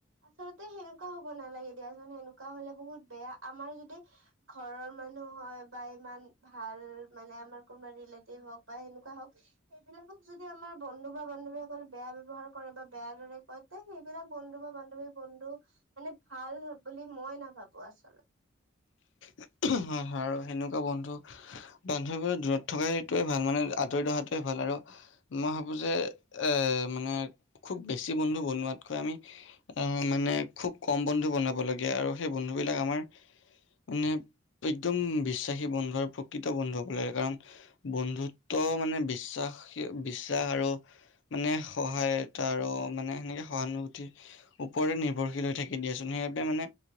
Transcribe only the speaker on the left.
<unintelligible> হয় -হয় আৰু সেনেকুৱা বন্ধু <unintelligible> দূৰত থকা এইটোৱে ভাল মানে আঁতৰি থকাটোৱে ভাল আৰু মই ভাবোঁ যে এ মানে খুব বেছি বন্ধু বনোৱাতকৈ আমি আহ, মানে খুব কম বন্ধু বনাব লাগে আৰু সেই বন্ধু বিলাক আমাৰ মানে একদম বিশ্বাসী বন্ধু আৰু প্ৰকৃত বন্ধু হ'ব লাগে কাৰণ বন্ধুত্ব মানে বিশ্বাসী বিশ্বাস আৰু মানে সহায়তা আৰু মানে সেনেকে সহানুভূতি ওপৰে নিৰ্ভৰশীল হৈ থাকে দিয়াচোন সেইবাবে মানে